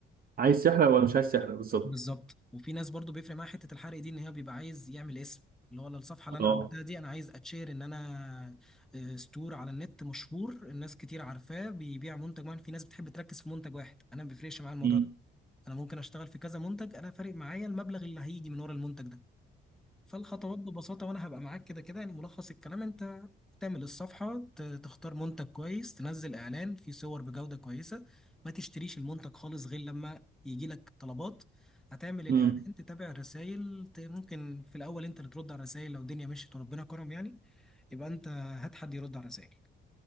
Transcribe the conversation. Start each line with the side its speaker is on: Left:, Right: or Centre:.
Right: عايز سحر ولا مش عايز سحر بالظبط
Centre: بالظبط وفي ناس برضو بيفرق معاها حته الحرق دي ان هي بيبقى عايز يعمل اسم اللي هو أنا الصفحه اللي
Right: اه
Centre: انا عملتها دي انا عايز اتشير ان انا آه، ستور على النت مشهور الناس كتير عارفاه بيبيع منتج معين في ناس بتحب تركز في منتج واحد انا ما بيفرقش معايا الموضوع
Right: امم
Centre: ده انا ممكن اشتغل في كذا منتج انا فارق معايا المبلغ اللي هيجي من ورا المنتج ده فالخطوات ببساطه وانا هبقى معاك كده كده يعني ملخص الكلام انت تعمل الصفحة ت- تختار منتج كويس تنزل إعلان فيه صور بجودة كويسة ما تشتريش المنتج خالص غير لما يجي لك طلبات هتعمل الإعلان
Right: فهمت
Centre: تتابع الرسايل ممكن في الأول أنت اللي ترد على الرسايل لو الدنيا مشيت وربنا كرم يعني يبقى أنت هات حد يرد على رسايل